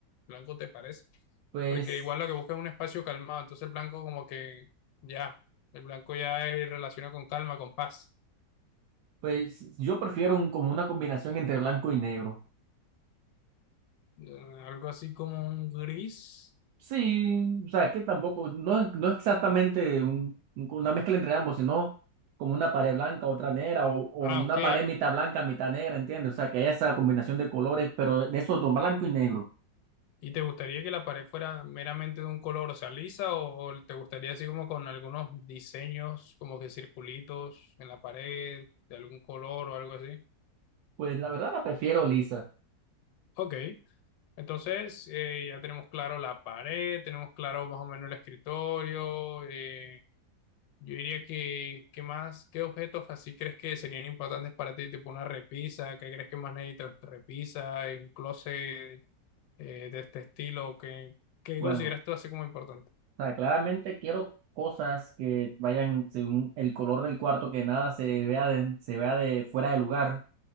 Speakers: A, on the left; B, on the right.
A: blanco te parece,
B: Pues,
A: porque igual lo que buscas es un espacio calmado, entonces el blanco como que ya, el blanco ya es relaciona con calma, con paz,
B: pues yo prefiero un- como una combinación entre blanco y negro.
A: Eh, algo así como un gris.
B: Sí, o sea, es que tampoco, no, no exactamente un- un- una mezcla entre ambos, sino como una pared blanca, otra negra, o, o
A: Ah,
B: una
A: ok,
B: pared mitad blanca, mitad negra, ¿entiendes? O sea, que haya esa combinación de colores, pero de esos dos, blanco y negro.
A: ¿Y te gustaría que la pared fuera meramente de un color, o sea, lisa, o, o te gustaría así como con algunos diseños, como que circulitos en la pared, de algún color o algo así?
B: Pues la verdad la prefiero lisa.
A: Ok, entonces eh, ya tenemos claro la pared, tenemos claro más o menos el escritorio. eh, yo diría que, ¿qué más? ¿Qué objetos así crees que serían importantes para ti? Tipo una repisa, ¿qué crees que más necesitas? Repisa, eh, un closet eh, de este estilo, ¿qué, qué
B: Bueno.
A: consideras tú así como importante?
B: O sea, claramente quiero cosas que vayan según el color del cuarto, que nada se vea de, se vea de fuera de lugar.